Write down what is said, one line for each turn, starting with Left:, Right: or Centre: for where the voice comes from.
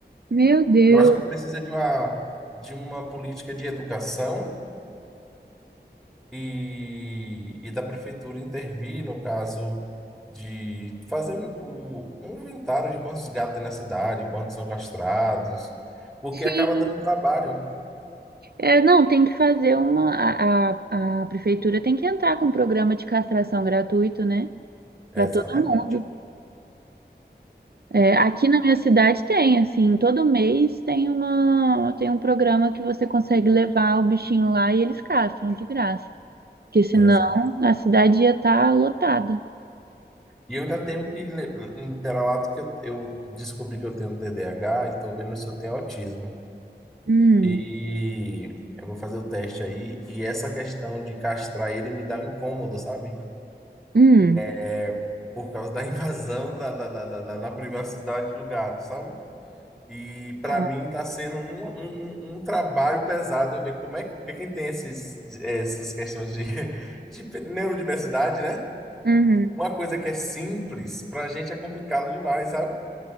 Right: Meu Deus.
Centre: Eu acho que precisa de uma, de uma política de educação e, e da prefeitura intervir no caso de fazer o, o- um inventário de quantos gatos tem na cidade, quantos são castrados, porque
Right: Sim.
Centre: acaba dando trabalho.
Right: É, não, tem que fazer uma. A, a, a prefeitura tem que entrar com um programa de castração gratuito, né? Para
Centre: Exatamente,
Right: todo mundo. É, aqui na minha cidade tem, assim, todo mês tem uma, tem um programa que você consegue levar o bichinho lá e eles castram de graça. Porque senão
Centre: exato.
Right: a cidade ia estar lotada.
Centre: E eu ainda tenho que li- liderar o ato que eu, eu descobri que eu tenho T TDAH e estou vendo se eu tenho autismo.
Right: Hum,
Centre: E eu vou fazer o teste aí, e essa questão de castrar ele me dá um incômodo, sabe?
Right: hum,
Centre: É Por causa da <laughs> invasão da, da, da, da, da- na privacidade do gato, sabe? E para
Right: Ah,
Centre: mim está sendo um, um, um- um trabalho pesado eu ver como é que porque quem tem esses, essas questões de, <laughs> de neurodiversidade, né?
Right: uhum,
Centre: Uma coisa que é simples, para a gente é complicado demais, sabe?